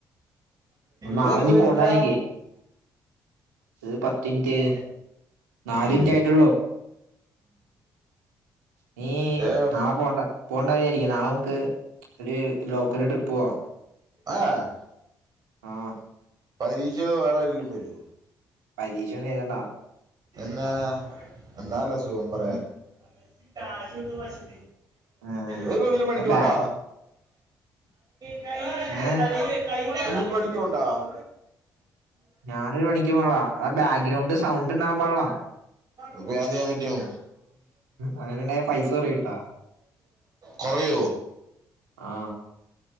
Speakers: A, on the right (about 75°); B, on the right (about 45°).
A: ഒന്ന്
B: ഇത്
A: നാളെ
B: എത്രമിനിറ്റാ
A: നീ പോണ്ടാ
B: വ
A: എനിക്ക് ഇത് മിനിറ്റ്
B: അ
A: നാല്
B: ദൂ
A: മിനിറ്റ് ആയിട്ടുള്ളൂ നീ
B: ഏ
A: നാളെ പോണ്ട പോവണ്ടാരിക്കും നാളെ <unintelligible> ലോക്കല് ട്രിപ്പ് പോവാ
B: ആഹ്
A: ആഹ്
B: പരീക്ഷയോ വേറെ ആരെങ്കിലും വരുവോ?
A: പരീക്ഷയൊന്നും എഴുതണ്ട.
B: എന്നാ? എന്നാലസുഖമ്പറയാൻ
A: ഉം.
B: <unintelligible>
A: ഏ
B: നീപ്പോന്തേലും പണിക്ക്
A: ആ
B: പോണ്ടാ?
A: ബാ
B: <unintelligible> എന്തേലും
A: ഏ
B: പണിക്ക് പോണ്ടോ? <unintelligible>
A: ഞാനൊരു പണിക്ക് പോണില്ല ആ ബാക്ക്ഗ്രൗണ്ട് സൗണ്ട് ഉണ്ടാവാൻ പാടില്ല
B: അതിപ്പോ ഞാന്തെയ്യാപറ്റും?
A: അങ്ങനെണ്ടായ പൈസ കുറയൂട്ടാ
B: കൊറയോ?
A: ആ